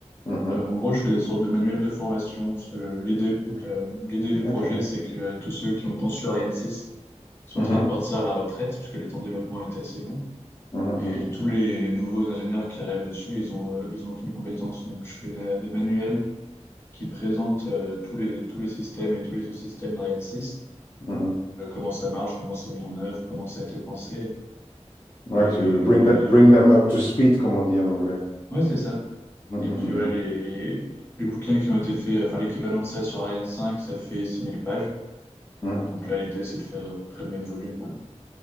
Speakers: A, on the left; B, on the left.
A: Mhm,
B: Euh, en gros, je fais des sortes de manuels de formation. Ce- L'idée,
A: ok.
B: euh, l'idée du
A: Ok.
B: projet, c'est que tous ceux qui ont conçu Ariane 6 sont
A: Mhm,
B: en train de partir à la retraite, puisque les temps de développement étaient assez longs.
A: mhm,
B: Et tous les nouveaux ingénieurs qui arrivent dessus, ils ont, euh, ils ont aucune compétence. Donc, je fais des, des manuels qui présentent euh, tous les, tous les systèmes et tous les sous-systèmes d'Ariane 6,
A: mhm, mhm.
B: euh, comment ça marche, comment c'est mis en œuvre, comment ça a été pensé.
A: Ouais,
B: Et
A: to
B: les,
A: bring them, bring them up to speed, comme on dit en anglais.
B: Ouais, c'est ça.
A: Mhm,
B: Et puis,
A: mhm,
B: ouais,
A: mhm.
B: les, les bouquins qui ont été faits, enfin, l'équivalent de ça sur Ariane cinq, ça fait 6000 pages.
A: Mhm,
B: Donc là, l'idée, c'est de faire à peu près le même volume.